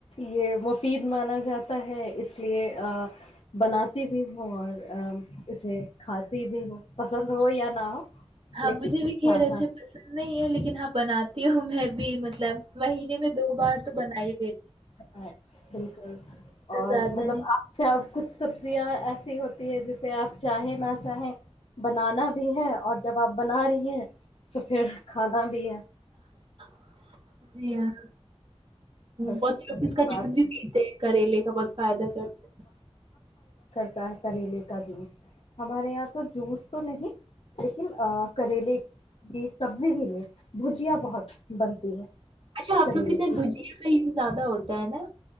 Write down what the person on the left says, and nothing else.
یہ مفید مانا جاتا ہے اس لیے بناتی بھی ہوں اور اسے کھاتی بھی ہوں پسند ہو یا نہ ہو
لیکن
ہاں
ہاں
<unintelligible>
کچھ سبزیاں ایسی ہوتی ہے جسے آپ چاہیں نہ چاہیں بنانا بھی ہے اور جب آپ بنا رہی ہیں تو پھر کھانا بھی ہے
بس
یہ
بات
تا کریلے کا جوس ہمارے یہاں تو جوس تو نہیں لیکن کریلے کی سبزی بھی نہیں بھجیاں بہت بنتی ہے
کریلے
کی